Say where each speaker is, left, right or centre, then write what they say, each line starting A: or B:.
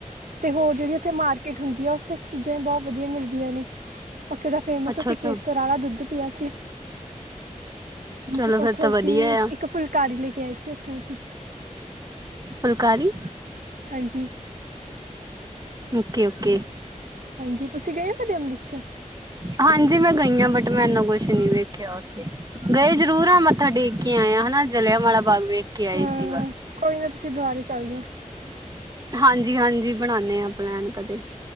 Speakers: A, on the right; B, on the right.
A: ਅੱਛਾ।
B: ਤੇ ਹੋਰ ਜਿਹੜੀ ਉੱਥੇ ਮਾਰਕੀਟ ਹੁੰਦੀ ਆ ਉੱਥੇ ਚੀਜ਼ਾਂ ਵੀ ਬੋਤ ਵਧੀਆ ਮਿਲਦੀਆਂ ਨੇ, ਉੱਥੇ ਦਾ। ਫੇਮਸ
A: ਅੱਛਾ-ਅੱਛਾ
B: ਅਸੀਂ ਕੇਸਰ ਵਾਲਾ ਦੁੱਧ ਪੀਆ ਸੀ। ਹੂੰ
A: ਚਲੋ ਫੇਰ
B: ਉੱਥੋਂ
A: ਤਾਂ ਵਧੀਆ
B: ਅਸੀਂ
A: ਆ।
B: ਇੱਕ ਫੁਲਕਾਰੀ ਲੈ ਕੇ ਆਏ ਸੀ ਉੱਥੋਂ ਅਸੀਂ।
A: ਫੁਲਕਾਰੀ?
B: ਹਾਂਜੀ।
A: Okay- okay.
B: ਹਾਂਜੀ ਤੁਸੀਂ ਗਏ ਹੋ ਕਦੇ ਅੰਮ੍ਰਿਤਸਰ?
A: ਹਾਂਜੀ ਮੈਂ ਗਈ ਹਾਂ, ਬਟ ਮੈਂ ਇਨੂੰ ਕੁਛ ਨੀ ਵੇਖਿਆ ਉੱਥੇ ਗਈ ਜ਼ਰੂਰ ਆ ਮੱਥਾ ਟੇਕ- ਕੇ ਆਇਆ ਹਨਾ ਜਲਿਆਂ ਵਾਲਾ ਬਾਗ ਵੇਖ ਕੇ ਆਏ
B: ਹਾਂ
A: ਸੀ ਬਸ।
B: ਕੋਈ ਨਾ ਤੁਸੀਂ ਦੁਬਾਰੇ ਚੱਲ ਜੀਓ।
A: ਹਾਂਜੀ- ਹਾਂਜੀ ਬਣਾਨੇ ਆ ਪਲੈਨ ਕਦੇ।